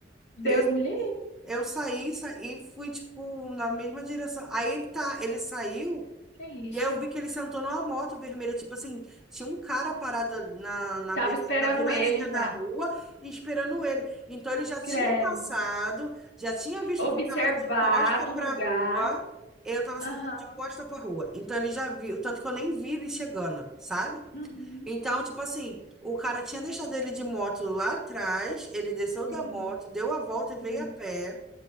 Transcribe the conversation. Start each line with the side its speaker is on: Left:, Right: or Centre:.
Left: Deus
Centre: E
Left: me livre.
Centre: eu saí, sa- e fui, tipo, na mesma direção. Aí ele tá, ele saiu.
Left: Que isso?
Centre: E aí eu vi que ele sentou numa moto vermelha, tipo assim, tinha um cara parado na, na,
Left: Tava
Centre: be-
Left: esperando
Centre: na viradinha
Left: ele
Centre: da
Left: já.
Centre: rua e esperando ele. Então ele já tinha
Left: Credo.
Centre: passado, já tinha visto
Left: Observado
Centre: que eu tava de costa pra
Left: o lugar.
Centre: rua, eu tava
Left: Aham.
Centre: sentado de costa pra rua. Então ele já viu, tanto que eu nem vi ele chegando, sabe?
Left: Uhum.
Centre: Então, tipo assim, o cara tinha deixado ele de moto lá atrás, ele desceu
Left: Sim.
Centre: da moto, deu a volta e veio
Left: Uhum.
Centre: a pé,